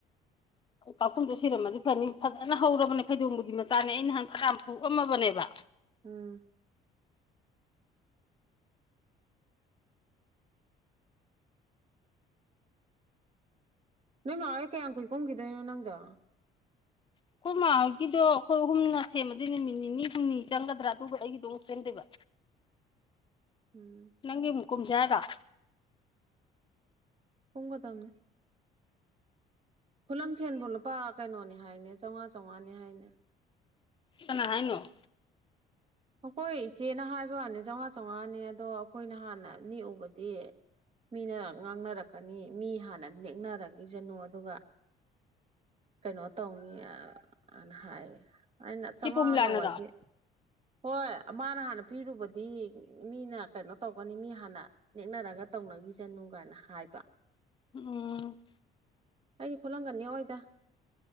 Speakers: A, on the left; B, on the right.
A: ꯀꯥꯛꯈꯨꯝꯗꯣ ꯁꯤꯔꯝꯃꯗꯤ ꯐꯅꯤ ꯐꯖꯅ ꯍꯧꯔꯕꯅꯦ ꯐꯩꯗꯣꯡꯕꯗꯤ ꯃꯆꯥꯅꯦ ꯑꯩ ꯅꯍꯥꯟꯅ ꯐꯨꯑꯝꯃꯕꯅꯦꯕ
B: ꯎꯝ <inaudible> ꯅꯣꯏ ꯃꯥ ꯀꯌꯥꯝ ꯀꯨꯏ ꯀꯨꯝꯈꯤꯗꯣꯏꯅꯣ ꯅꯪꯗꯣ
A: ꯑꯩꯈꯣꯏ ꯃꯥꯣꯏꯒꯤꯗꯣ ꯑꯩꯈꯣꯏ ꯍꯍꯨꯝꯅꯥ ꯁꯦꯝꯃꯗꯤ ꯅꯨꯃꯤꯠ ꯅꯤꯅꯤ ꯍꯨꯝꯅꯤ ꯆꯪꯒꯗ꯭ꯔꯥ ꯑꯗꯨꯒ ꯑꯩꯒꯤꯗ ꯑꯃꯛ ꯁꯦꯝꯗꯣꯏꯕ
B: ꯎꯝ
A: ꯅꯪꯒꯤ ꯃꯨꯛꯀꯨꯨꯝꯖꯦ ꯍꯥꯏꯔꫭ
B: ꯀꯨꯝꯒ ꯇꯝꯅꯦ ꯈꯨꯂꯪ ꯁꯦꯟꯕꯨ ꯂꯨꯄꯥ ꯀꯩꯅꯣꯅꯦ ꯍꯥꯏꯅꯦ ꯆꯥꯝꯃꯉꯥ ꯆꯥꯝꯃꯉꯥꯅꯦ ꯍꯥꯏꯅꯦ
A: ꯀꯥꯅꯥ ꯍꯥꯏꯅꯣ
B: ꯑꯩꯈꯣꯏ ꯏꯆꯦꯅ ꯍꯥꯏꯕ ꯋꯥꯅꯤ ꯆꯥꯝꯃꯉꯥ ꯆꯥꯝꯉꯥꯅꯦ ꯑꯗꯣ ꯑꯩꯈꯣꯏꯅ ꯍꯥꯟꯅ ꯅꯤꯛ ꯎꯕꯗꯤ ꯃꯤꯅ ꯉꯥꯡꯅꯔꯛꯀꯅꯤ ꯃꯤ ꯍꯥꯟꯅ ꯅꯦꯛꯅꯔꯒꯤꯁꯅꯨ ꯑꯗꯨꯒ ꯀꯩꯅꯣ ꯇꯧꯅꯤꯅ ꯍꯥꯏꯌꯦ ꯑꯩꯅ ꯆꯥꯃꯉꯥꯒ
A: ꯆꯦ ꯄꯣꯝꯂꯥꯅꯔꯣ
B: ꯋꯥꯏꯗꯤ ꯍꯣꯏ ꯃꯥꯅ ꯍꯥꯟꯅ ꯄꯤꯔꯨꯕꯗꯤ ꯃꯤꯅ ꯀꯩꯅꯣ ꯇꯧꯒꯅꯤ ꯃꯤ ꯍꯥꯟꯅ ꯅꯦꯛꯅꯔꯒ ꯇꯧꯅꯈꯤꯁꯅꯨ ꯀꯥꯏꯅ ꯍꯥꯏꯕ
A: ꯎꯝ ꯎꯝ
B: ꯑꯩꯗꯤ ꯈꯨꯠꯂꯪꯒ ꯅꯦꯛ ꯑꯣꯏꯗ